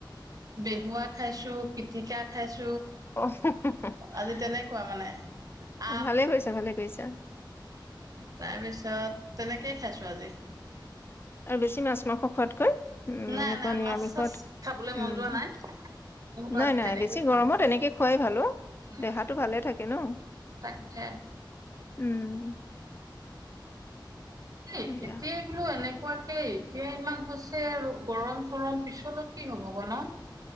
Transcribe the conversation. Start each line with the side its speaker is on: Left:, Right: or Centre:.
Right: বেহুৱা খাইছো পিতিকা খাইছো।
Left: অ অহু
Right: আজি তেনেকুৱা মানে। আম
Left: ভালে কৰিছা ভালে কৰিছা
Right: তাৰপিছত তেনেকেই খাইছো আজি
Left: আৰু বেছি মাছ মাংস খোৱাতকৈ উম
Right: নাই
Left: এনেকুৱা
Right: নাই
Left: নিৰামিষত
Right: মাছ চাছ খাবলৈ মন
Left: উম
Right: যোৱা নাই, মই বোলো
Left: নাই
Right: আজি
Left: নাই
Right: তেনেকেই
Left: বেছি
Right: খাওঁ।
Left: গৰমত এনেকে খুৱাই ভালো
Right: উম
Left: দেহাটো ভালে থাকে ন
Right: তাকে।
Left: উম
Right: কি
Left: সেয়া
Right: এতিয়াই বোলো এনেকুৱা তাকেই এতিয়া ইমান হৈছে আৰু গৰম চৰম পিছলৈ কি হ'ব গ ন